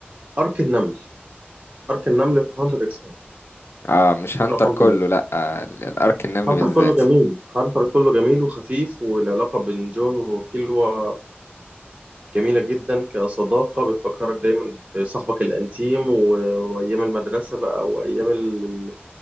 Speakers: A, on the right; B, on the left.
A: ارك النمل ارك النمل في هانتر اكس هانتر
B: اه مش هانتر
A: رقم
B: كله
A: ثلاثة
B: لا آه، ال- الارك النمل
A: هانتر
B: بالذات
A: كله جميل هانتر كله جميل وخفيف والعلاقة بين جون وكيلوا جميلة جدا كصداقة بتفكرك دايما بصاحبك الأنتيم و- وأيام المدرسة بقى وأيام ال- ال-